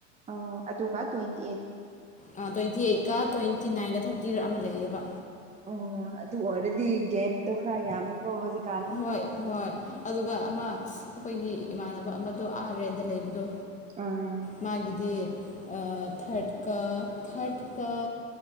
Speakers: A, on the right; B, on the left.
A: ꯑꯣ ꯑꯗꯨꯒ ꯇ꯭ꯋꯦꯟꯇꯤ ꯑꯩꯠ
B: ꯑꯥ ꯇ꯭ꯋꯦꯟꯇꯤ ꯑꯩꯠꯀ ꯇ꯭ꯋꯦꯟꯇꯤ ꯅꯥꯏꯟꯒ ꯊꯥꯔꯇꯤꯔꯥ ꯑꯃ ꯂꯩꯌꯦꯕ
A: ꯑꯣ ꯑꯗꯨ ꯑꯣꯏꯔꯗꯤ ꯒꯦꯞꯇꯣ ꯈꯔ ꯌꯥꯝꯃꯦꯀꯣ ꯍꯧꯖꯤꯛ
B: ꯍꯣꯏ꯫ ꯍꯣꯏ ꯑꯗꯨꯒ ꯑꯃ ꯑꯈꯣꯏꯒꯤ ꯏꯃꯥꯟꯅꯕ ꯑꯃꯗꯣ ꯑꯥ ꯔꯦꯟꯗ ꯂꯩꯕꯗꯣ꯫
A: ꯑꯥ
B: ꯃꯥꯒꯤꯗꯤ ꯊꯔꯠꯀ ꯊꯔꯠꯀ,